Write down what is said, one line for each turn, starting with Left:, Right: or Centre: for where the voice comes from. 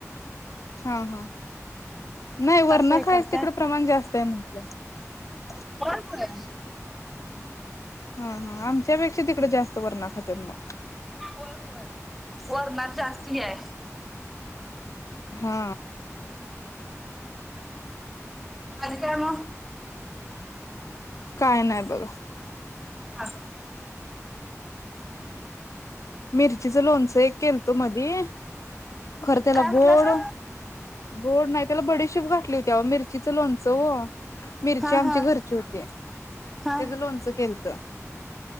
Left: हा हा. नाही वरन्या
Centre: तसं हे
Left: खायचं
Centre: करत्यात
Left: तिकडें प्रमाण जास्त आहे म्हण <unintelligible>
Centre: कोण होय?
Left: हा हा आमच्यापेक्षा तिकडं जास्त वरण्या खात्यात म.
Centre: होय होय वरण्या जास्ती ये.
Left: हा.
Centre: आणि काय म?
Left: काय नाही बघ.
Centre: हा.
Left: मिरचीच लोणचं एक केल त ध्ये खर त्याला
Centre: काय म्हटलासा
Left: गोड गोड नाही त्याला बडी शोप घातली होती आव मिरचीचं लोणचं व मिरची
Centre: हा
Left: आमच्या
Centre: हा
Left: घरची होती
Centre: हा
Left: त्याच लोणचं केलत.